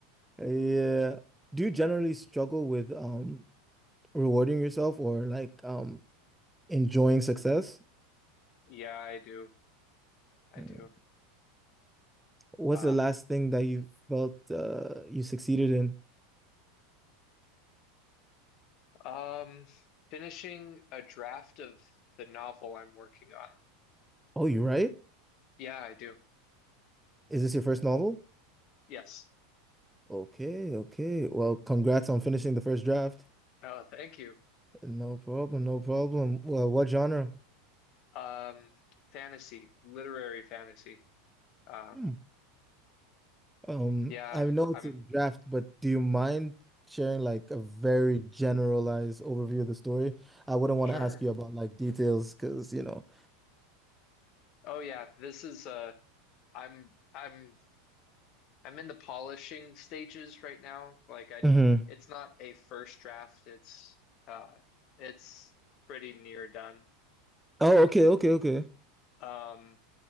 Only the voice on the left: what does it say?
<laughs>
Yeah, I do. I
do.
Um,
um, finishing a draft of the novel I'm working on.
Yeah, I do.
Yes.
Oh, thank you.
Um, fantasy, literary fantasy. Um,
yeah,
I'm
sure.
Oh yeah, this is uh I'm I'm I'm in the polishing stages right now. Like I
it's not a first draft, it's uh it's pretty near done.
Um